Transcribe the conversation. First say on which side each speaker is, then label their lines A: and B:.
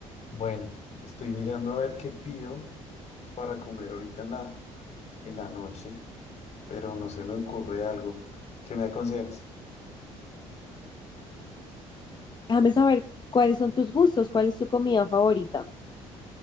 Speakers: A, on the left (about 55°); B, on the left (about 30°).
A: Bueno, estoy mirando a ver qué pido para comer ahorita en la, en la noche, pero no se me ocurre algo. ¿Qué me aconsejas?
B: Déjame saber cuáles son tus gustos, cuál es tu comida favorita.